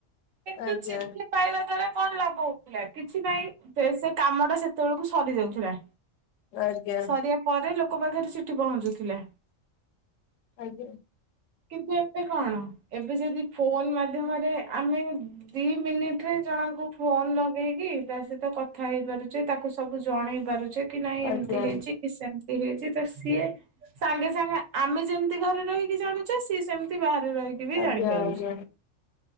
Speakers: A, on the right; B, on the left.
A: କିନ୍ତୁ
B: ଆଜ୍ଞା
A: ଚିଠି ପାଇବା ଦ୍ଵାରା କଣ ଲାଭ ହୋଉଥୁଲା କିଛି ନାଇଁ ସେ କାମଟା ସେତେବେଳକୁ ସରି ଯାଉଥୁଲା।
B: ଆଜ୍ଞା
A: ସରିବା ପରେ ଲୋକ ପାଖରେ ଚୀଠି ପହଞ୍ଚୁଥୁଲା।
B: ଆଜ୍ଞା।
A: କିନ୍ତୁ ଏବେ କଣ ଏବେ ଯଦି ଫୋନ ମାଧ୍ୟମରେ ଆମେ ଦିଇ ମିନିଟରେ ଜଣଙ୍କୁ ଫୋନ ଲଗେଇକି ତା ସହିତ କଥା ହେଇ ପାରୁଚେ ତାକୁ ସବୁ ଜଣେଇ ପାରୁଚେ କି ନାଇଁ
B: ଆଜ୍ଞା
A: ଏମତି ହେଇଚି ସେମତି ହେଇଚି ତ ସିଏ ସାଙ୍ଗେ ସାଙ୍ଗେ ଆମେ ଯେମିତି ଘରେ ରହିକି ଜାଣୁ ଚେ ସିଏ ସେମତି ବାହାରେ ରହିକି ବି
B: ଆଜ୍ଞା
A: ଜାଣିପାରୁଚି।
B: ଆଜ୍ଞା।